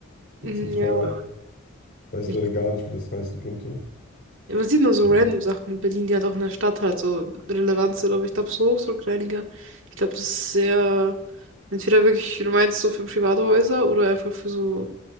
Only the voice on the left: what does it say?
mit
diesem Feuer.
Ich weiß
leider gar nicht, wie das heißen könnte.
Ja,